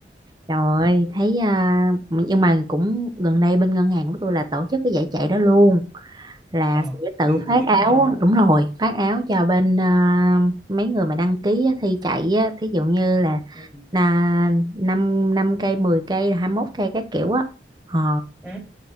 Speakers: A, on the right; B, in the centre.
A: Trời ơi,
B: Ừ.
A: thấy à, nhưng mà cũng gần đây bên ngân hàng của tôi là tổ chức cái giải chạy đó luôn là
B: ờ
A: sẽ tự
B: từ
A: phát
B: tổ chức
A: áo
B: luôn hả
A: đúng rồi phát áo cho bên à, mấy người mà đăng ký á, thi chạy á, thí dụ như là
B: ừ
A: là 5 năm cây mười cây 21 cây các kiểu á ờ,
B: ừ